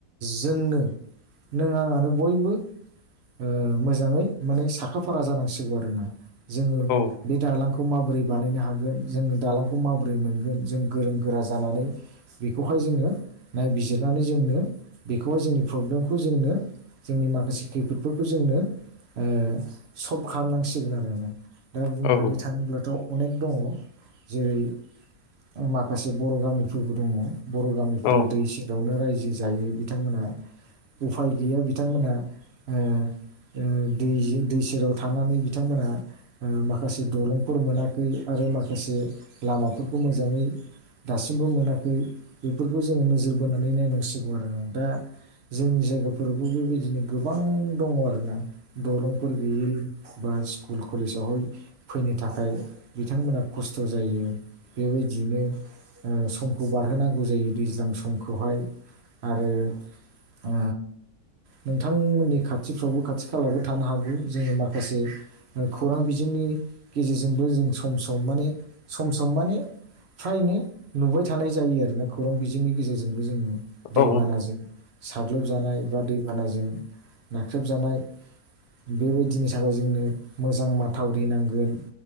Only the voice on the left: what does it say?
औ
औ
औ
औ